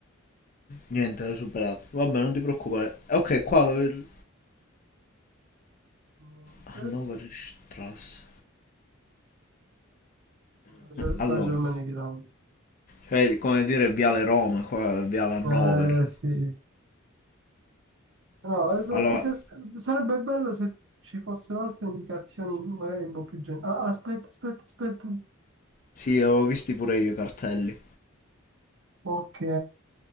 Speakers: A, on the left; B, on the right.
A: Niente, l'hai superato. Vabbè, non ti preoccupare. Ok, qua... eh,
B: niente,
A: Hannover Strasse.
B: la Ger-
A: Allora,
B: la Germania Grande.
A: cioè, come dire Viale Roma, qua è Viale Hannover.
B: Eh sì, no, eh, perché
A: Allora,
B: te- sarebbe bello se ci fossero altre indicazioni, magari un po' più generali. Ah, aspetta, aspetta, aspetta.
A: sì, avevo visti pure io i cartelli.
B: Ok,